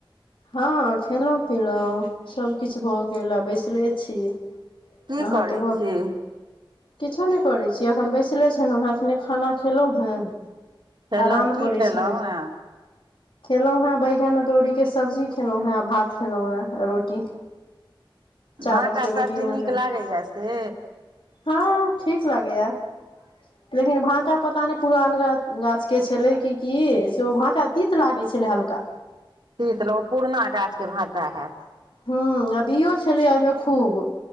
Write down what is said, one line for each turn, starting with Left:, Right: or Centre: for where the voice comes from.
Left: हँ खेलहुँ पिलहुँ सभ किछु भऽ गेल आ बैसले छी
Right: की
Left: अहाँके
Right: करै
Left: भऽ
Right: छी
Left: किछो नहि करैत छी एखन बैसले छलहुँ हेँ एखने खाना खेलहुँ हेँ
Right: खेलहुँ
Left: आराम
Right: की
Left: करै
Right: खेलहुँ
Left: छलौं
Right: हेँ
Left: खेलहुँ हें बैगन अदौड़ीक के सब्जी खेलौ हें भात खेलहुं हें रोटी चावलके
Right: भाटा
Left: रोटी
Right: सब्जी
Left: बनेलहुँ
Right: नीक लागैए से
Left: हँ ठीक लागेयै लेकिन भाटा पता नहि पुरनगर गाछ के छलै की की से ओ भाँटा तीत लागै छलै हल्का
Right: तीत लो पुरना गाछ के भाटा हैत
Left: ह आबीयो छलै एहिमे खूब